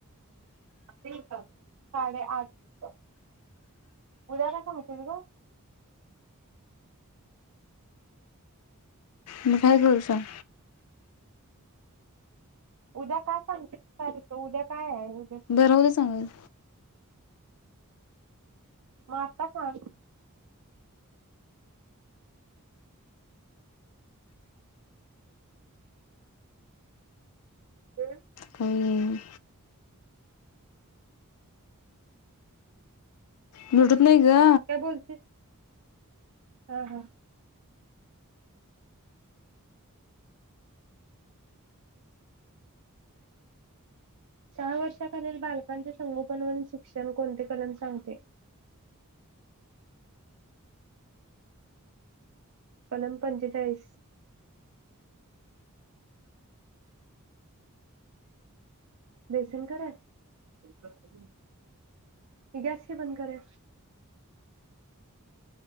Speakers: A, on the right; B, on the left.
A: साडे आठ उद्या काय सांगतीस ग..
B: मग काय करू सांग?
A: उद्या काय सांगते? चल उद्या काय आहे?
B: बर राहू दे सांगेन.
A: म आता सांग. हम्म
B: काही नि <unintelligible> नाही ग.
A: काय बोलतेस हा हा सहा वर्षाखालील बालकांचे संगोपन वन शिक्षण कोणते कलम सांगते? कलम पंचेचाळीस. बेसन करायचं गॅस क बंद कर